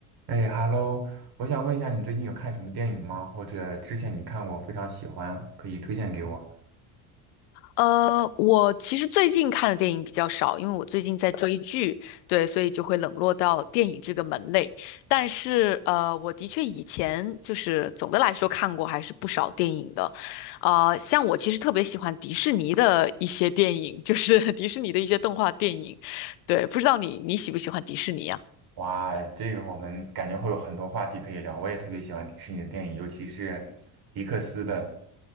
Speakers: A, on the right; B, on the left.
A: 哎，Hello，我想问一下，你最近有看什么电影吗？或者之前你看过非常喜欢，可以推荐给我？
B: 呃，我其实最近看的电影比较少，因为我最近在追剧，对，所以就会冷落到电影这个门类。但是，呃，我的确以前就是总的来说看过还是不少电影的，呃，像我其实特别喜欢迪士尼的一些电影，就是 <laughs> 迪士尼的一些动画电影，对，不知道你你喜不喜欢迪士尼啊？
A: 哇，这个我们感觉会有很多话题可以聊。我也特别喜欢迪士尼的电影，尤其是迪克斯的。